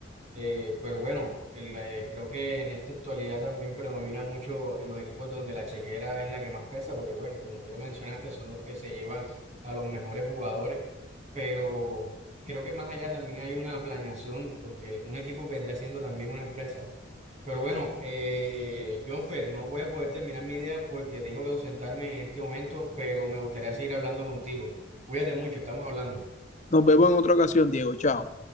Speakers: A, on the right; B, on the left.
A: Eh, pero bueno, el, eh, creo que en esta actualidad también predomina mucho en los equipos donde la chequera es la que más pesa, porque bueno, como tú lo mencionaste, son los que se llevan a los mejores jugadores, pero creo que más allá también hay una planeación, porque un equipo vendría siendo también una empresa. Pero bueno, eh, Jonfer, no voy a poder terminar mi idea porque tengo que ausentarme en este momento, pero me gustaría seguir hablando contigo. Cuídate mucho, estamos hablando.
B: Nos vemos en otra ocasión, Diego. Chao.